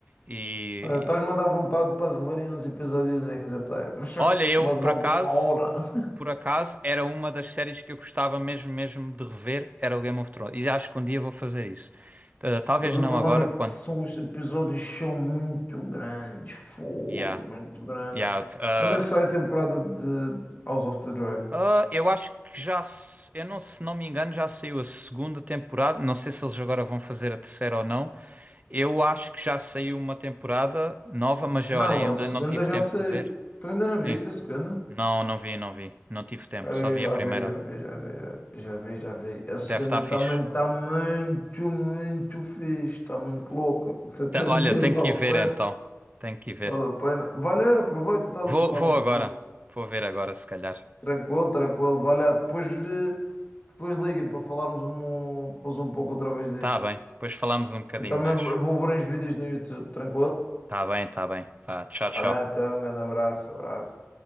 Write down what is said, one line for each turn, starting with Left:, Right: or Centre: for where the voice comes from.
Right: E
Left: Ora, estás-me a dar vontade para reverem uns episódiozinhos até. Mas só
Right: olha,
Left: que
Right: eu
Left: é logo
Right: por acaso.
Left: uma hora. <laughs>
Right: por acaso, era uma das séries que eu gostava mesmo, mesmo de rever, era o Game of Thrones. E acho que um dia vou fazer isso. Uh, talvez
Left: Mas o
Right: não
Left: problema
Right: agora,
Left: é que
Right: quando...
Left: são, os episódios são muito grandes. Fogo,
Right: Yeah.
Left: muito grandes.
Right: Yeah. Uh,
Left: Quando é que sai a temporada de House of the Dragon?
Right: uh, eu acho que já... se- Eu não, se não me engano, já saiu a segunda temporada. Não sei se eles agora vão fazer a terceira ou não. Eu acho que já saiu uma temporada nova, mas olha,
Left: Não,
Right: eu
Left: a
Right: ainda
Left: segunda
Right: não tive
Left: já
Right: tempo
Left: sei.
Right: de ver.
Left: Tu ainda não viste
Right: Sim.
Left: a segunda?
Right: Não, não vi, não vi. Não tive tempo,
Left: Eu
Right: só vi
Left: já
Right: a primeira.
Left: vi, já vi, já vi, já vi, já vi. já vi. A segunda
Right: Deve estar
Left: também
Right: fixe.
Left: está muito, muito fixe, está muito louca. Estou até
Right: Tá-
Left: a
Right: olha,
Left: <laughs> dizer,
Right: tenho
Left: vale
Right: que ir
Left: a
Right: ver
Left: pena,
Right: então. Tenho que ir ver.
Left: vale a pena. Vale, aproveita, estás a
Right: Vou,
Left: fazer alguma
Right: vou agora.
Left: coisa.
Right: Vou ver agora, se calhar.
Left: Tranquilo, tranquilo, vai lá. Depois, eh, depois liguem para falarmos um, depois um pouco outra vez disto.
Right: Tá bem. Depois falamos um bocadinho
Left: Eu também
Right: mais.
Left: vou ver uns vídeos no YouTube, tranquilo?
Right: Tá bem, tá bem. Vá, tchau,
Left: Vai
Right: tchau.
Left: lá, então, um grande abraço, abraço.